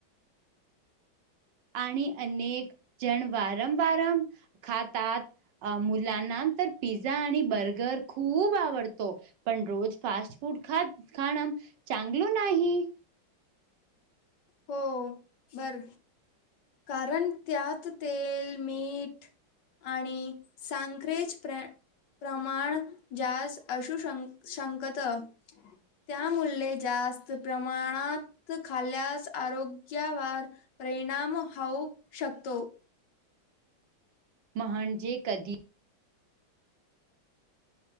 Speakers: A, on the right (about 70°); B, on the left (about 65°).
A: आणि अनेक जण वारंवारम खातात. अ मुलांना ते पिझ्झा आणि बर्गर खूप आवडतं. हो पण रोज फास्ट फूड खात खाणं चांगलं नाही.
B: हो बर कारण त्यात तेल, मीठ आणि संक्रिज ट्रेन. प्रमाण जास्त अशु डोकत तयामुले जास्त प्रमाणात खाल्ल्यास. आरोग्यावर प्रेरणाम होऊ शकतो.
A: म्हणजे कधी?